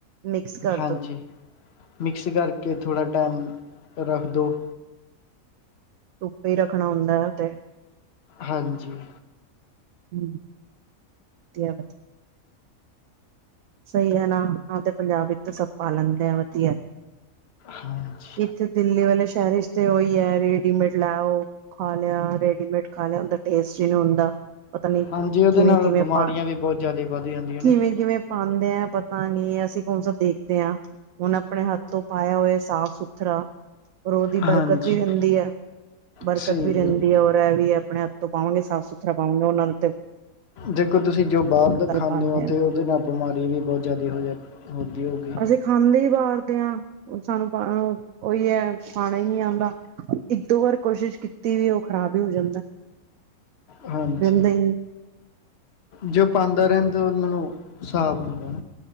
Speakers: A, on the right; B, on the left.
A: ਮਿਕਸ ਕਰਦੋ।
B: ਹਾਂਜੀ ਮਿਕਸ ਕਰਕੇ ਥੋੜ੍ਹਾ ਟਾਈਮ ਰੱਖ ਦੋ।
A: ਧੁੱਪੇ ਹੀ ਰੱਖਣਾ ਹੁੰਦਾ ਹੈ ਉ ਤੇ
B: ਹਾਂਜੀ
A: ਹੂੰ ਵਧੀਆ-ਵਧੀਆ ਸਹੀ ਹੈ ਨਾ ਹਾਂ ਤੇ ਪੰਜਾਬ ਵਿੱਚ ਸਭ ਪਾ ਲੈਂਦੇ ਆ ਵਧੀਆ।
B: ਹਾਂਜੀ
A: ਇੱਥੇ ਦਿੱਲੀ ਵਾਲੇ ਸ਼ਹਿਰ ਵਿਚ ਤੇ ਉਹੀ ਹੈ ਰੇਡੀਮੇਡ ਲੈ ਆਓ। ਖਾ ਲਿਆ ਰੈਡੀਮੇਡ ਖਾ ਲਿਆ ਉਹਦਾ ਟੇਸਟ ਹੀ ਨਹੀਂ ਹੁੰਦਾ। ਪਤਾ ਨੀ
B: ਹਾਂਜੀ ਉਹਦੇ
A: ਕਿਵੇਂ-
B: ਨਾਲ
A: ਕਿਵੇਂ
B: ਬਿਮਾਰੀਆਂ
A: ਪਾ
B: ਵੀ ਬਹੁਤ ਜ਼ਿਆਦਾ ਵੱਧ ਜਾਂਦੀਆਂ
A: ਕਿਵੇਂ
B: ਨੇ
A: -ਕਿਵੇਂ ਪਾਂਦੇ ਆ ਪਤਾ ਨੀ ਅਸੀਂ ਕੌਣ ਸਾ ਦੇਖਦੇ ਹਾਂ। ਹੁਣ ਆਪਣੇ ਹੱਥ ਤੋਂ ਪਾਇਆ ਹੋਇਆ ਸਾਫ਼ ਸੁਥਰਾ ਔਰ ਉਹਦੀ
B: ਹਾਂਜੀ
A: ਬਰਕਤ ਵੀ ਰਹਿੰਦੀ ਹੈ ਬਰਕਤ
B: ਸਹੀ
A: ਵੀ ਰਹਿੰਦੀ
B: ਗੱਲ
A: ਹੈ ਔਰ ਮੈਂ ਵੀ ਆਪਣੇ ਹੱਥ ਤੋਂ ਪਾਵਾਂਗੇ ਸਾਫ਼ ਸੁਥਰਾ ਪਾਵਾਂਗੇ ਉਹਨਾਂ ਦੇ
B: ਦੇਖੋ ਤੁਸੀਂ ਜੋ ਬਾਹਰ ਦਾ ਖਾਂਣੇ
A: ਪਾਂਦੇ
B: ਹੋ
A: ਆ।
B: ਤਾਂ ਉਹਦੇ ਨਾਲ ਬਿਮਾਰੀ ਵੀ ਬਹੁਤ ਜ਼ਿਆਦਾ ਹੋ ਜਾ ਹੁੰਦੀ ਹੋਗੀ।
A: ਤੇ ਖਾਂਣੇ ਹੀ ਬਾਹਰ ਦੇ ਹਾਂ ਸਾਨੂੰ ਉਹੀ ਹੈ ਖਾਣਾ ਹੀ ਨਹੀਂ ਆਂਦਾ। ਇੱਕ ਦੋ ਵਾਰ ਕੋਸ਼ਿਸ਼ ਕੀਤੀ ਵੀ ਉਹ ਖ਼ਰਾਬ ਹੀ ਹੋ ਜਾਂਦਾ।
B: ਹਾਂਜੀ
A: ਰਹਿੰਦਾ ਈ ਨੀ
B: ਜੋ ਪਾਂਦਾ ਰਹਿਣ ਤਾਂ ਉਹਨਾਂ ਨੂੰ ਸਾਬ ਹੁੰਦਾ।